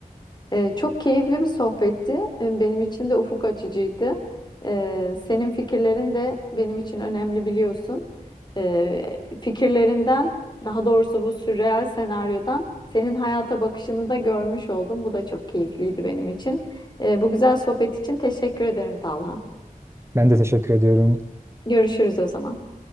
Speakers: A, on the left; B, on the right.
A: Ee, çok keyifli bir sohbetti. Ee, Benim için de ufuk açıcıydı. Ee, senin fikirlerin de benim için önemli biliyorsun. Ee, fikirlerinden, daha doğrusu bu sürreal senaryodan senin hayata bakışını da görmüş oldum. Bu da çok keyifliydi benim için. Ee, bu güzel sohbet için teşekkür ederim Talha.
B: Ben de teşekkür ediyorum.
A: Görüşürüz o zaman.